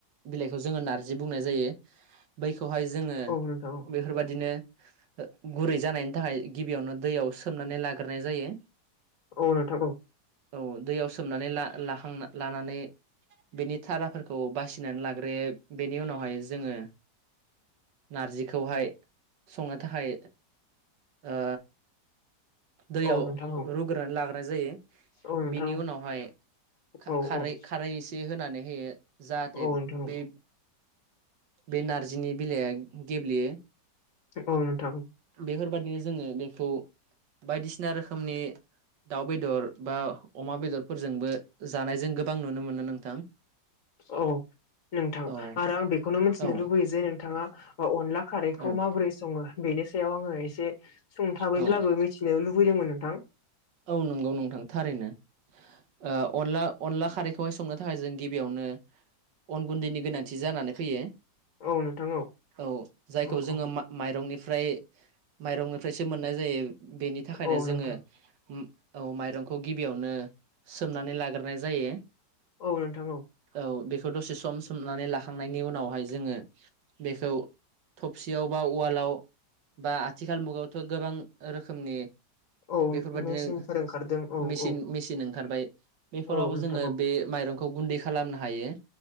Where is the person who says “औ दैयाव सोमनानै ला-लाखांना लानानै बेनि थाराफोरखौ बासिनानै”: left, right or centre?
Right